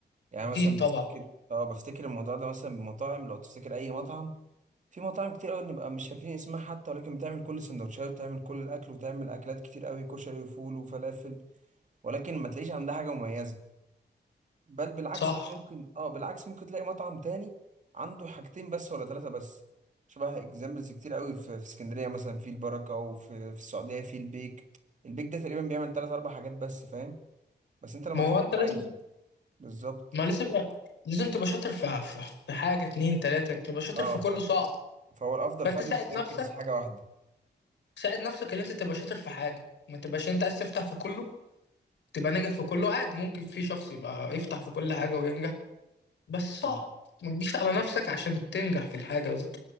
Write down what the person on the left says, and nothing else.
اكيد
طبعا
صح
ما هو
انت لازم
ما لازم لازم تبقى شاطر في في في حاجه اتنين تلاته تبقى شاطر
في كله
صعب
فانت
ساعد
نفسك
ساعد نفسك ان انت تبقى شاطر في حاجه ما تبقاش انت عايز تفتح في كله تبقى ناجح في كله عادي ممكن في شخص يبقى يفتح في كل حاجه وينجح بس صعب
ما تجيش على نفسك عشان تنجح في الحاجه دي